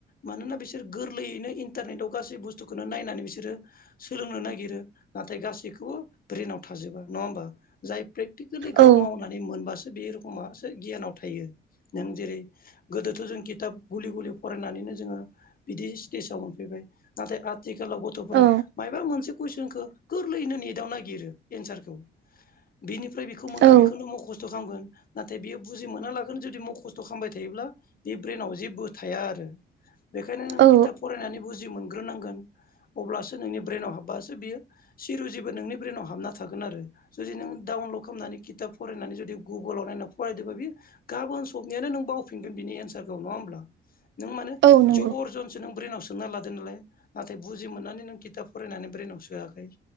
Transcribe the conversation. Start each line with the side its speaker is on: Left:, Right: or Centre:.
Left: मानोना बिसोर गोरलैयैनो इन्टारनेटआव गासै बुस्थुखौनो नायनानै बिसोरो सोलोंनो नागिरो नाथाय गासैखौबो ब्रेनाव थाजोबा। नङा होमबा? जाय प्रेकटिकेलि गाव
Right: औ
Left: मावनानै मोनबासो बे रख'मासो गियानाव थायो । नों जेरै गोदोथ' जों खिथाब गुलि गुलि फरायनानैनो जोङो बिदि स्टेजाव मोनफैबाय नाथाय आथिखालाव गथ'फोरा
Right: औ
Left: मायबा मोनसे‌ कुइसनखौ गोरलैनो नेटआव ननायागिरो एनसारखौ‌। बिनि फ्राय बेखौ मोनला
Right: औ
Left: बेखोनो मखस्थ' खामगोन नाथाय बियो बुजि मोना लागोन जुदि मखस्थ' खामबाय थायोब्ला बे ब्रेनाव जेबो थाया आरो। बेखायनो नों
Right: औ
Left: खिथाब फरायनानै बुजि मोनग्रोनांगोन। अब्लासो नोंनि ब्रेनाव हाबबासो बियो सिरुजिबो नोंनि ब्रेनाव हाबना थागोन आरो जुदि नों दाउन ल खोमनानै खिथाब फरायनानै जुदि गुगोलाव नायनानै फरायदोबा बियो गाबोन सबनियानो नों बावफिनगोन बिनि एन्सार खौ नङा होनब्ला? नों मानो
Right: औ नंगौ
Left: जबर जनसों ब्रेननाव सो सोना लादो नालाय। नाथाय बुजि मोननानै नों खिथाब फरायनानै ब्रेनाव सोआखै